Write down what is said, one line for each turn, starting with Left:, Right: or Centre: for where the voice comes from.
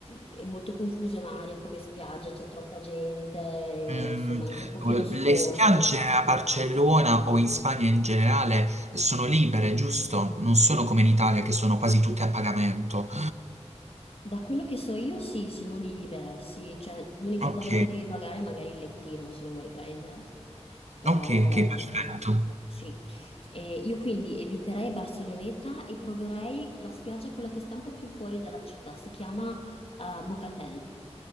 Left: è molto confusionaria come spiaggia, c'è troppa gente,
Right: Mm,
Left: insomma anche un pochino sporca.
Right: le spiagge a Barcellona o in Spagna in generale sono libere, giusto? Non sono come in Italia che sono quasi tutte a pagamento.
Left: Da quello che so io, sì, sono libere, sì, cioè l'unica
Right: Ok,
Left: cosa che devi pagare è magari il lettino se lo vuoi prendere, però
Right: ok, ok, perfetto.
Left: sì. E io quindi eviterei Barceloneta e proverei la spiaggia, quella che sta un po' più fuori dalla città, si chiama eh, Bogatel.